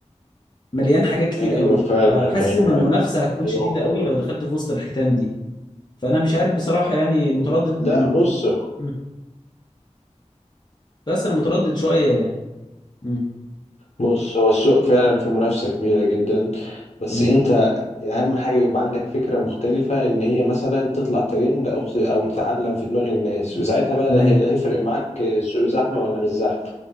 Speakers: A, on the left; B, on the left.
A: مليان حاجات كتير
B: أيوه
A: قوي
B: فعلا
A: فحاسس
B: أيوه
A: ان المنافسه هتكون
B: أيوه
A: شديده قوي لو دخلت في وسط الحيتان دي فانا مش عارف بصراحه يعني متردد بن...
B: لا بص
A: مم. بس انا متردد شويه يعني مم.
B: بص هو السوق فعلا فيه منافسة كبيرة جدا بس
A: تمام
B: انت اهم حاجة يبقى عندك فكرة مختلفة ان هي مثلا تطلع ترند او ت- او تتعلم في دماغ الناس وساعتها بقى
A: تمام
B: لا هي- لا هيفرق معاك السوق زحمة ولا مش زحمة